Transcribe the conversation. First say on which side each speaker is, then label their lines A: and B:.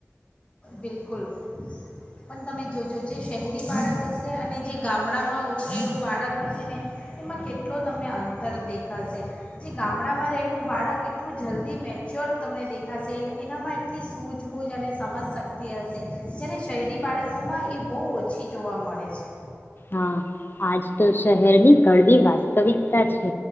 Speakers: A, on the left; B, on the left.
A: બિલકુલ પણ તમે જોજો જે શહેરી બાળક હશે અને જે ગામડામાં ઉછરેલું બાળક હશે ને એમાં કેટલો તમને અંતર દેખાશે જે ગામડામાં રહેલું બાળક એટલું જલદી મેચ્યોર તમને દેખાશે એનએનામાં એટલી સૂઝબૂઝ અને સમજશક્તિ હશે જ્યારે શહેરી બાળકોમાં એ બહુ ઓછી જોવા મળે છે.
B: હા આજ તો શહેર ની કડવી વાત સ્તવિકતા છે,